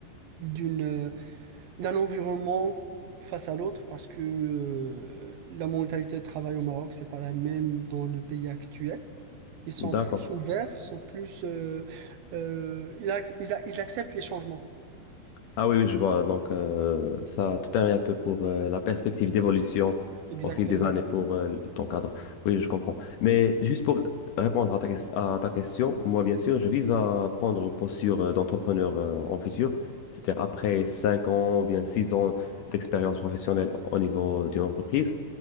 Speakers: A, on the right (about 75°); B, on the left (about 70°).
A: d'une d'un environnement face à l'autre parce que euh, la mentalité de travail au Maroc c'est pas la même dans le pays actuel. Ils sont
B: D'accord.
A: plus ouverts, sont plus, euh, euh, ils, ac- ils a- ils acceptent les changements.
B: Ah oui, oui, je vois. Donc, euh, ça te permet un peu pour euh, la perspective d'évolution
A: Exactement.
B: au fil des années pour euh, ton cadre. Oui, je comprends. Mais juste pour répondre à ta, ques- à ta question, moi, bien sûr, je vise à prendre une posture euh, d'entrepreneur euh, en futur, c'est-à-dire après 5 ans ou bien 6 ans d'expérience professionnelle au niveau d'une entreprise.